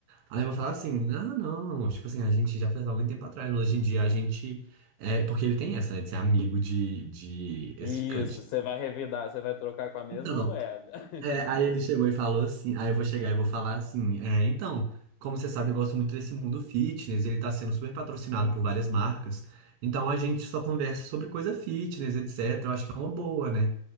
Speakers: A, on the right; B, on the left.
A: Aí eu vou falar assim, ah, não, tipo assim, a gente já fez há muito tempo atrás, mas hoje em dia a gente. É, porque ele tem essa, né, de ser amigo de, de ex-ficante.
B: Isso, você vai revidar, você vai trocar com a mesma
A: Então,
B: moeda.
A: é,
B: <laughs>
A: aí ele chegou e falou assim, aí eu vou chegar
B: É,
A: e vou falar assim, é, então, como você sabe, eu gosto muito desse mundo fitness, ele tá sendo super patrocinado por várias marcas, então a gente só conversa sobre coisa fitness, etc. Eu acho que é uma boa, né?